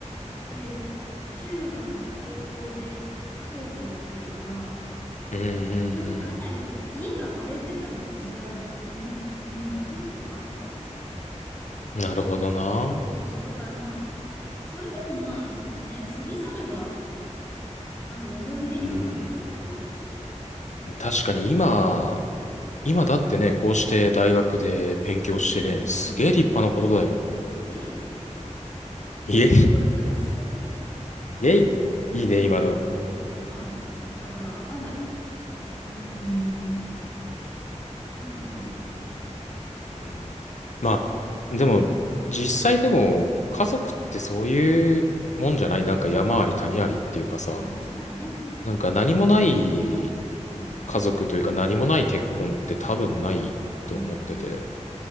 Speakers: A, on the left (about 15°); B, on the left (about 70°).
A: えっと、中学、高校で不登校やってるから、
B: うんう
A: なんかかなりその家が荒れてた時代っていうの年、
B: ん
A: 年が結構あったんですよ。
B: うん。なるほどな。
A: そうそうそう。だからまあ、それでもまあ、そのね、過ぎ去ればなんか思い出にはなるけど、
B: うん。確かに今、今だってね、こうして大学で勉強してね、
A: そうそうそうそう。
B: すげえ立派なことだよ。
A: イエイ、
B: イエイ。
A: よかったです。<laughs>
B: イエイ。いいね、今の。
A: そうそうそう。あの、だから、なんだろう。うーん、なんだろうな。
B: うん。まあ、でも、実際でも、家族ってそういうもんじゃない。なんか山あり谷ありっていうかさ、
A: まあ確かにね。
B: なんか何もない
A: そうですね。
B: 家族というか何もない結婚って多分ないと思ってて。
A: うんうんうん。